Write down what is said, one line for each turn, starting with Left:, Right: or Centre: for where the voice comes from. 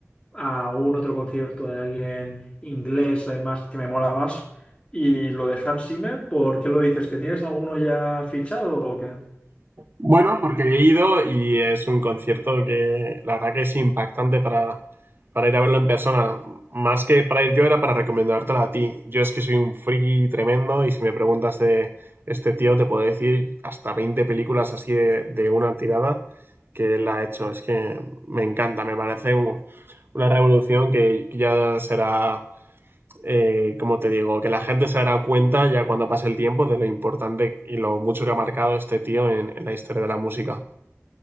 Left: a un otro concierto de alguien inglés, además, que me mola más. Y lo de Hans Zimmer, ¿por qué lo dices? ¿Que tienes alguno ya fichado o qué?
Right: Bueno, porque he ido y es un concierto que la verdad que es impactante para, para ir a verlo en persona. Más que para ir yo era para recomendártelo a ti. Yo es que soy un friki tremendo y si me preguntas de este tío te puedo decir hasta 20 películas así de, de una tirada que él ha hecho. Es que me encanta, me parece un- una revolución que que ya será eh, como te digo, que la gente se dará cuenta ya cuando pase el tiempo de lo importante y lo mucho que ha marcado este tío en, en la historia de la música.